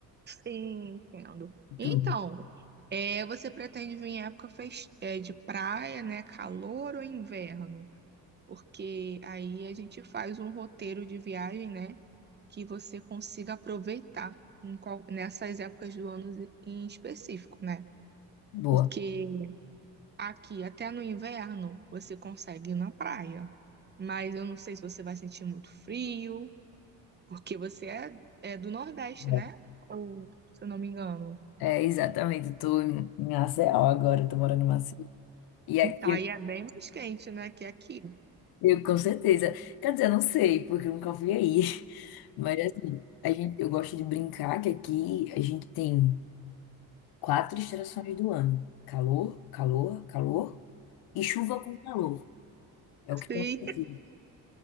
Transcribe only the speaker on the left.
tudo.
Boa.
É.
É, exatamente. Estou em em Maceió agora, Estou morando em Maceió. E aqui
eu,
eu com certeza. Quer dizer, eu não sei, porque eu nunca fui aí. <laughs> Mas assim, a gente, eu gosto de brincar que aqui a gente tem quatro estações do ano: calor, calor, calor e chuva com calor. É o
que tem aqui.